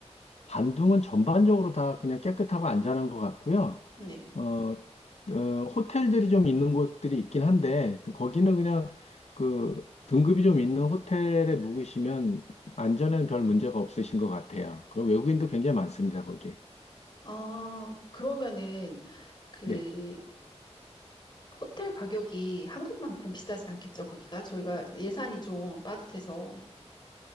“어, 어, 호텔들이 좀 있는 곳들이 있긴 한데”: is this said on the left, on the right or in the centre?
Left